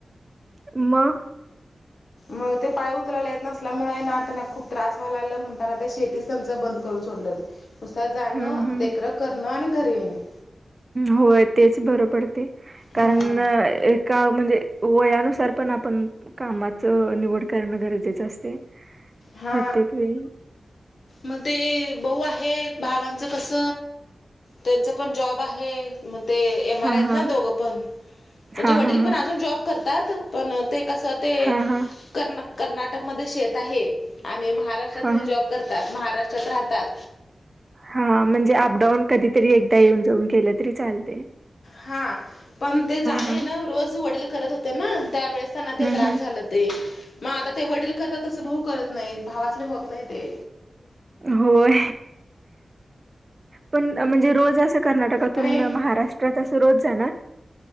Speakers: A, on the right; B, on the left.
A: म म
B: मग ते पाय उचलायला येत नसल्यामुळे ना त्यांना खूप त्रास व्हालाला म्हणताना शेती च बंद करून सोडलं नसत जाणं
A: हम्म हम्म
B: देखकरख करणं आणि घरी येणे
A: होय तेच बरं पडते कारण
B: हम्म.
A: एका म्हणजे वयानुसार पण आपण कामाच निवड करणं गरजेचं असते
B: हा
A: प्रत्येक वेळी
B: मग ते बऊ आहेत भावांचं कस त्यांचं पण जॉब आहे मग ते एम
A: हा
B: आर आहेत
A: हा
B: ना दोघं पण म्हणजे
A: हा
B: वडील
A: हा हा
B: पण अजून जॉब करतात पण ते कसं ते
A: हा हा
B: क कर्नाटकमध्ये शेत आहे आणि महाराष्ट्रात
A: हा
B: जॉब महाराष्ट्रात राहतात
A: हा हा म्हणजे अप डाऊन कधीतरी एकदा येऊन जाऊन केलं तरी चालेल
B: हा पण ते जाणे
A: हां.
B: ना रोज वडील करत होते ना त्यावेेळेस ते
A: हं,
B: त्रास
A: हं.
B: झालं ते मग आता ते वडील करतात तसं भाऊ करत नाहीत भावासने होत नाही ते
A: होय पण म्हणजे रोज असं कर्नाटक परतून
B: आणि
A: महाराष्ट्रात अस रोज जाणार